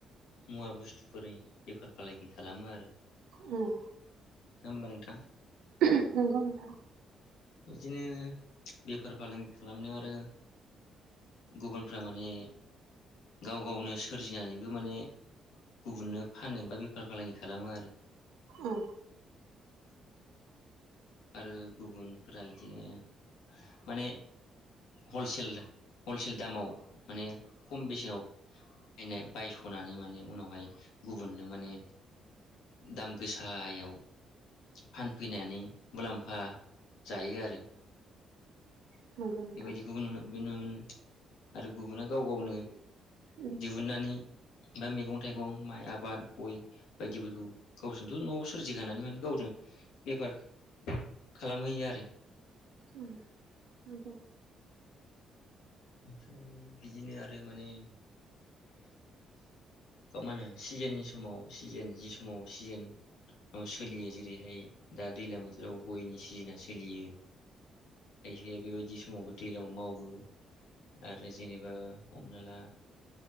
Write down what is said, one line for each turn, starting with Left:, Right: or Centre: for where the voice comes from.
Left: मुवा बुस्थुफोरनि बेफार फालांगि खालामो आरो
Right: उम।
Left: नङाबा नोंथां।
Right: <unintelligible> नंगौ नोंथां।
Left: बिदिनो बेफार फालांगि खालामनायाव आरो गुबुनफ्रा माने गाव गावनो सोरजिनानैबो माने गुबुननो फानो बा बेफार फालांगि खालामो आरो।
Right: उ
Left: आरो गुबुनफोरा इदिनो माने हलसेल हलसेल दामाव माने खम बेसेनाव बायनाय बायसनानै माने उनावहाय गुबुननो माने दाम गोसायाव फानफैनानै मुलाम्फा जायो आरो।
Right: उम नंगौ नोंथां
Left: बेबायदिखौबो नुनो नुनो मोनो आरो गुबुना गाव गावनो
Right: उम
Left: दिहुननानै बा मैगं थाइगं माइ आबाद गय बायदिफोरखौ गावजोंथ नआव सोरजिखनानै माने गावनो बेफार खालामहैयो आरो
Right: उम नोंगौ।
Left: ओमफ्राय बिदिनो आरो माने मा होनो सिजेननि समाव सिजेन जि समाव सिजेनाव सोलियो जेरैहाय दा दैज्लां बोथोराव गयनि सिजेना सोलियो खायसेया बेबायदि समावबो दैज्लांआव मावो। आरो जेनेबा हमना ला